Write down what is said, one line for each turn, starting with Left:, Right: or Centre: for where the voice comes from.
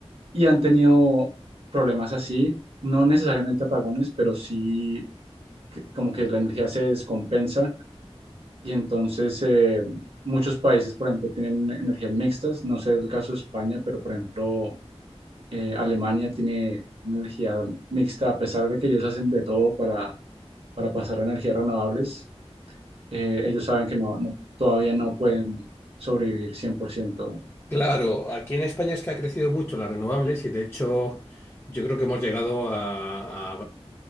Right: y han tenido problemas así, no necesariamente apagones, pero sí que- como que la energía se descompensa y entonces eh, muchos países, por ejemplo, tienen energías mixtas, no sé el caso de España, pero por ejemplo eh, Alemania tiene tiene energía mixta a pesar de que ellos hacen de todo para, para pasar a energías renovables. eh, ellos saben que no, no- todavía no pueden sobrevivir cien por ciento
Left: Claro, aquí en España es que ha crecido mucho las renovables y de hecho yo creo que hemos llegado a,